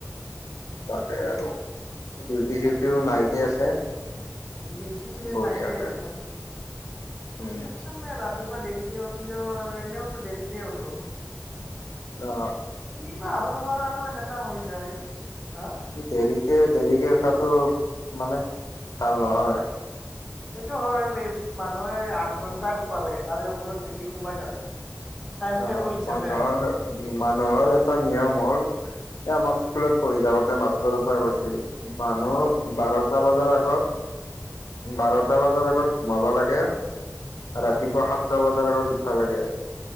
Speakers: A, on the left; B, in the centre.
A: তাকে আৰু ডিউটি চিউটিও নাইতে আছে।
B: দি উঠিছে
A: বঢ়িয়াকে
B: নাইট আছে কালি
A: উম
B: টেনচন নাই ৰাতিপুৱা। দেৰিকে উঠিলেও আৰু এনেওতো দেৰিকে উঠো।
A: অ
B: কি বাহ মোৰ আৰু এনেকা হৈ যায় হা।
A: ই, দেৰি দেৰিকে উঠাতটো মানে ভাল নহয়।
B: এইটো হয়, এই মানুহে আঠ ঘন্টাই শোবা লাগে তাৰে ওপৰত বেছি শোবাই নালাগে। টাইম
A: অ'
B: টেবুল হিচাপে
A: মানুহৰ-মানুহৰ
B: আৰু
A: এটা নিয়ম হ'ল, এ আমাক স্কুলত পঢ়ি থাকোঁতে মাষ্টৰ এটাই কৈ। মানুহ,
B: অ',
A: বাৰত দচটা বজাৰ আগত বাৰটা বজাৰ আগত ঘোমাবা লাগে।
B: অ'।
A: ৰাতিপুৱা সাতটা বাজাত উত ভা লাগেই।